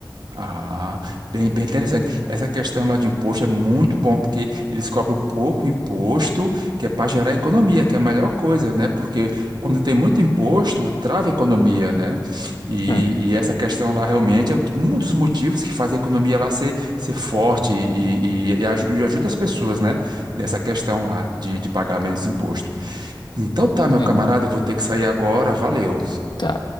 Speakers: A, on the right; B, on the left.
A: Ah, bem, bem interessante. Essa questão lá de imposto é muito bom, porque eles cobram pouco imposto, que é para gerar economia, que é a melhor coisa, né? Porque quando tem muito imposto, trava a economia, né? E,
B: Hum,
A: e essa questão lá realmente é o que- um dos motivos que faz a economia lá ser, ser forte e, e, e aju- e ajuda as pessoas, né? Dessa questão lá de, de pagar menos imposto. Então tá, meu
B: hum,
A: camarada, eu vou ter que sair agora. Valeu.
B: tá.